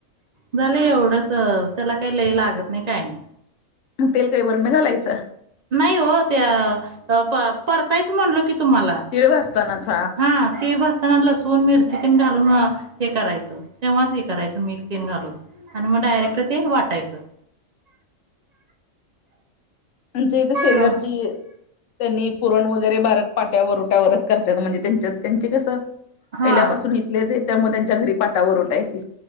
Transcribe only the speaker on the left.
मग तेल काही वर न घालायचं
तिळ भाजतानाच
म्हणजे इथ शेजारची
त्यांनी पुरण वगैरे बारक पाट्यावर पाट्यावरच करत्यात त्यांचे कस
पहिल्या पासून इथलेच आहेत त्यामुळे त्यांच्या घरी पाटा वरोटा येते.